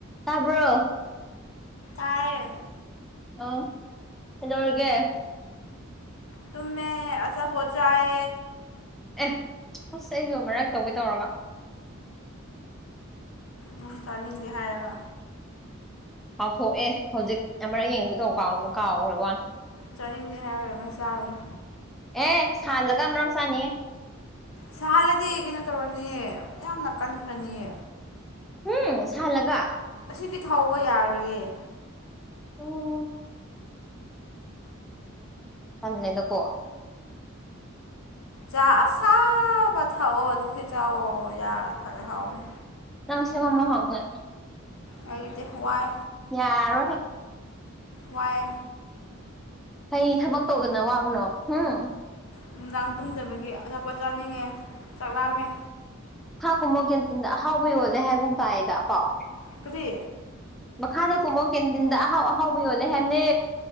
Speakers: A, in the centre; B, on the left (about 70°).
A: ꯇꯕ꯭ꯔꯣ
B: ꯇꯥꯔ‌ꯦ
A: ꯑ ꯆꯩꯅꯧꯔꯒ
B: ꯇꯨꯝ ꯃ ꯑꯥ ꯄꯣꯆꯥꯑ
A: ꯑꯦ ꯑꯁ ꯑꯩꯁꯨ ꯃꯔꯛ ꯇꯧꯒꯦ ꯇꯧꯔꯒ
B: ꯃ ꯆꯅꯤꯗꯍꯒ
A: ꯀꯥꯎꯊꯣꯛꯑꯦ ꯍꯧꯖꯤꯛ ꯑꯃꯔꯛ ꯌꯦꯡꯕꯗꯧ ꯀꯥꯎ ꯀꯥꯎꯈ꯭ꯔꯦꯕꯅꯤ
B: ꯆꯥꯅꯤꯡꯗꯦ ꯍꯥꯏꯔꯔꯃꯅ ꯆꯥꯔꯨꯅꯨ
A: ꯑꯦ ꯁꯥꯜꯂꯒ ꯑꯃꯝ ꯁꯥꯥꯅꯤꯌꯦ
B: ꯁꯥꯍꯜꯂꯗꯤ ꯀꯩꯅꯣ ꯇꯧꯔꯅꯤꯌꯦ ꯌꯥꯝꯅ ꯀꯟꯈ꯭ꯔꯅꯤꯌꯦ
A: ꯎꯝ ꯁꯥꯜꯂꯒ
B: ꯑꯁꯤꯗꯤ ꯊꯧꯕ ꯌꯥꯔꯔꯣꯏꯌꯦꯦ
A: ꯎꯝ ꯑꯦ ꯑꯗꯨ ꯄ
B: ꯌꯥ ꯑꯁꯥꯕ ꯊꯥꯎꯑꯣ ꯑꯗꯨ ꯍꯦꯖꯑꯣ ꯌꯥ ꯊ ꯍꯥꯎꯅꯤ
A: ꯅꯪ ꯁꯦꯝꯕ ꯍꯥꯎꯒ
B: ꯂꯩꯇꯦ ꯋꯥꯏ
A: ꯌꯥꯔꯣ ꯍ
B: ꯋꯥꯏ
A: ꯐꯩ ꯊꯕꯛ ꯇꯧꯗꯅ ꯋꯥꯕꯅꯣ ꯎꯝ
B: ꯅꯨꯡꯗꯥꯡ ꯇꯨꯝꯗꯕꯒꯤ ꯑꯆꯥꯄꯣꯠ ꯆꯥꯅꯤꯡꯉꯦ ꯆꯥꯛꯂꯝꯛꯑꯝꯃꯦ
A: ꯊꯥꯛ ꯀꯨꯝꯕ ꯀꯦꯟꯇꯤꯟꯗ ꯑꯍꯥꯎꯕ ꯌꯣꯜꯂꯦ ꯍꯥꯏꯒꯨꯝ ꯇꯥꯏꯗ ꯄꯥꯎ
B: ꯐꯗꯤ
A: ꯃꯈꯥꯗ ꯀꯨꯝꯃꯣ ꯀꯦꯟꯇꯤꯟꯗ ꯑꯍꯥꯎ ꯑꯍꯥꯎꯕ ꯌꯣꯜꯂꯦ ꯍꯥꯏꯦꯕꯅꯦ